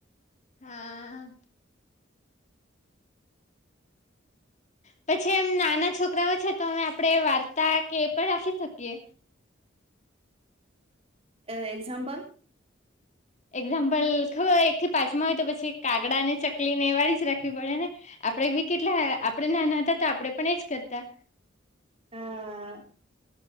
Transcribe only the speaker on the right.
અ એક્ઝામ્પલ
હા